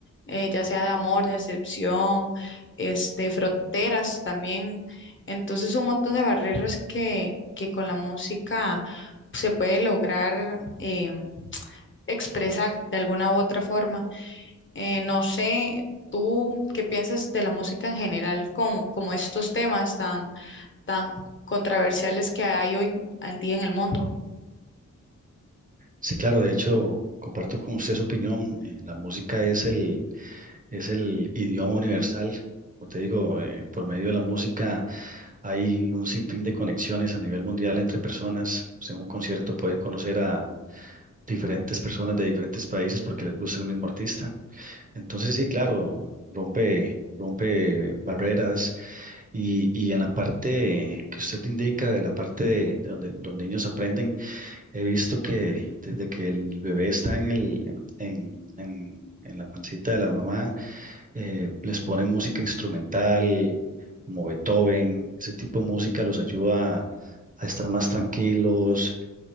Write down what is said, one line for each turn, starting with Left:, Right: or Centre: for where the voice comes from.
Left: eh, ya sea de amor, de decepción, este, fronteras también. Entonces, un montón de barreras que, que con la música se puede lograr em, expresar de alguna u otra forma. Eh, no sé, tú qué piensas de la música en general, como, como estos temas tan, tan controversiales que hay hoy en día en el mundo.
Right: Sí, claro, de hecho, comparto con usted su opinión. eh, La música es el, es el idioma universal. Como te digo, eh, por medio de la música Hay un sinfín de conexiones a nivel mundial entre personas. Usted en un concierto puede conocer a diferentes personas de diferentes países porque les gusta el mismo artista. Entonces, sí, claro, rompe, rompe barreras y, y en la parte que usted indica, de la parte de, de donde los niños aprenden, he visto que desde que el bebé está en el, en, en, en- en la pancita de la mamá, eh, les ponen música instrumental como Beethoven, ese tipo de música los ayuda a estar más tranquilos.